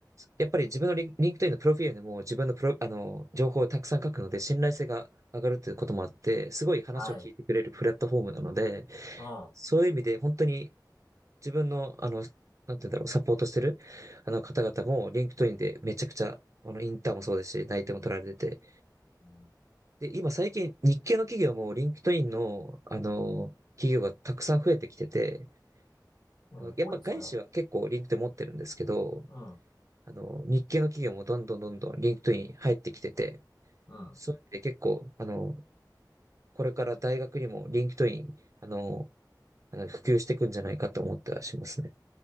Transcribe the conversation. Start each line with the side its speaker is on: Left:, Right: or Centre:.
Right: やっぱり自分のリン、リンクトインのプロフィールでも自分のプロ、あの、情報をたくさん書くので、信頼性が上がるということもあって、すごい話を聞いてくれるプラットフォームなので、
Left: はい。うん。
Right: そういう意味で本当に自分の、あの、なんて言うんだろう、サポートしてる、あの方々も、リンクトインでめちゃくちゃ、あの、インターンもそうですし、内定も取られてて。
Left: うん、
Right: で、今最近、日系の企業も、リンクトインの、あの、企業がたくさん増えてきてて、
Left: うん多いですよね。
Right: あの、やっぱ外資は結構リンクトイン持ってるんですけど、
Left: うん、
Right: あの、日系の企業もどんどんどんどんリンクトイン入ってきてて、
Left: うん。
Right: そういう意味で結構、あの、これから大学にもリンクトイン、あの、あの普及していくんじゃないかと思ってはしますね。